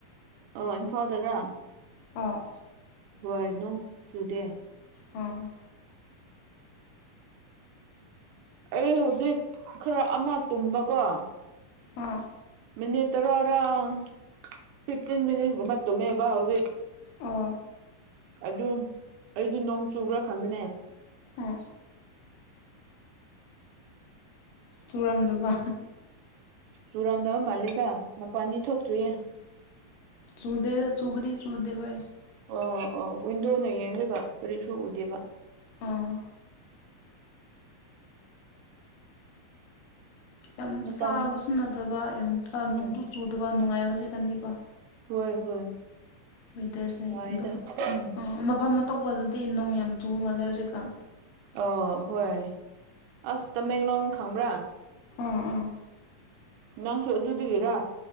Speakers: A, on the right; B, on the left.
A: ꯑ ꯏꯝꯐꯥꯜꯗꯔ
B: ꯑꯣ
A: ꯍꯣꯏꯅꯅꯨꯡ ꯆꯨꯗꯦ
B: ꯎꯝ
A: ꯑꯩ ꯍꯧꯖꯤꯛ ꯈꯔ ꯑꯃ ꯇꯨꯝꯕꯀꯣ
B: ꯑ
A: ꯃꯤꯅꯤꯠ ꯇꯔꯥꯔꯥꯎ ꯐꯤꯐꯇꯤꯟ ꯃꯤꯅꯤꯠꯀꯨꯝꯕ ꯇꯨꯝꯃꯦꯕ ꯍꯧꯖꯤꯛ
B: ꯑꯣ
A: ꯑꯗꯨ ꯑꯩꯗꯤ ꯅꯣꯡ ꯆꯨꯕ꯭ꯔꯥ ꯈꯟꯕꯅꯦ
B: ꯍ ꯆꯨꯔꯝꯗꯕ
A: ꯆꯨꯔꯝꯗꯕ ꯃꯥꯜꯂꯦꯗ ꯃꯄꯥꯟꯗꯤ ꯊꯣꯛꯇ꯭ꯔꯤꯌꯦ
B: ꯆꯨ ꯆꯨꯕꯂꯤ ꯆꯨꯗ ꯍ
A: ꯑ ꯑ ꯋꯤꯟꯗꯣꯅ ꯌꯦꯡꯒ ꯀꯔꯤꯁꯨ ꯑꯣꯏꯗꯦꯕ
B: ꯑꯥ ꯌꯥꯝ
A: ꯃꯇꯝ
B: ꯆꯥꯕꯁꯨ ꯅꯗꯕ ꯌꯥꯝ
A: ꯎꯝ
B: ꯅꯨꯡꯁꯨ ꯆꯨꯗꯕ ꯅꯨꯡꯉꯥꯏ ꯍꯧꯖꯤꯛꯀꯥꯟꯗꯤꯀꯣ
A: ꯍꯣꯏ ꯍꯣꯏ
B: ꯋꯦꯗꯔꯁꯦ
A: ꯅꯨꯡꯉꯥꯏꯗ
B: ꯑꯗꯨꯝ
A: ꯎꯝ
B: ꯃꯐꯝ ꯑꯇꯣꯞꯄꯗꯗꯤ ꯅꯣꯡ ꯌꯥꯝ ꯆꯨꯕ ꯃꯥꯜꯂꯦ ꯍꯧꯖꯤꯛꯀꯥꯟ
A: ꯑꯣ ꯍꯣꯏ ꯑꯁ ꯇꯃꯦꯦꯡꯡꯂꯣꯡ ꯈꯪꯕ꯭ꯔꯥ
B: ꯑꯥ ꯑꯥ
A: ꯅꯪꯁꯨ ꯑꯗꯨ ꯑꯗꯨꯗꯨꯒꯤꯦꯔꯥ